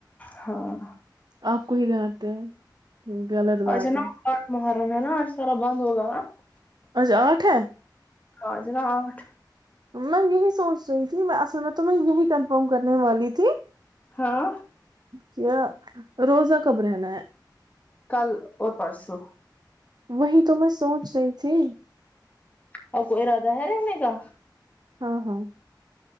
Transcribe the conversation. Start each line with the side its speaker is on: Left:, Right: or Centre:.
Left: ہاں
Right: آپ کو ہی ڈانٹتے ہیں غلط بات
Left: آج نا
Right: ہے
Left: آٹھ محرم ہے نا سارا بند ہوگا نا
Right: اچھا آٹھ ہے
Left: آ جناا آٹھ
Right: میں یہی سوچ رہی تھی میں اصل میں تو میں یہی کنفرم کرنے والی تھی
Left: ہاں
Right: کیا روزہ کب رہنا ہے
Left: کل اور پرسوں
Right: وہی تو میں سوچ رہی جی
Left: اور کوئی ارادہ ہے رہنے کا
Right: ہاں ہاں